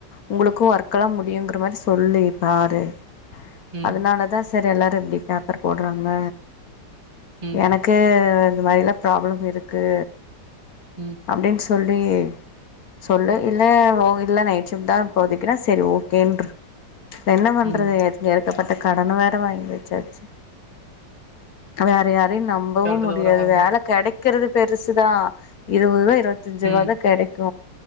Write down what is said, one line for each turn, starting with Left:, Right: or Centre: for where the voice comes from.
Left: உங்களுக்கு ஒர்க்கல்லா முடியுங்கற மாரி சொல்லி பாரு
Right: ம்
Left: அதனாலதா சார் எல்லாரு இப்டி பேப்பர் போடறாங்க
Right: ம்
Left: எனக் கு இந்த மாரிலா ப்ராப்ளம் இருக்கு
Right: ம்
Left: அப்டின் சொல்லி சொல்லு இல்ல ஓ இல்ல நைட் ஷிப்ட் தா இப்போதைக்குனா செரி ஓகேன்று என்ன பண்றது
Right: ம்
Left: எட் எட் கப்பட்ட கடன வேற வாங்கி வெச்சாச்சு வேற யாரையு நம் நம்பவு
Right: கரெக்ட்
Left: முடியாது
Right: தா ஒரு ஆறு
Left: வேல
Right: மாசோ
Left: கெடைக்கறது பெருசுதா இருவது ருவா இருவத்தஞ்சு ருவா
Right: ம்
Left: தா கெடைக்கு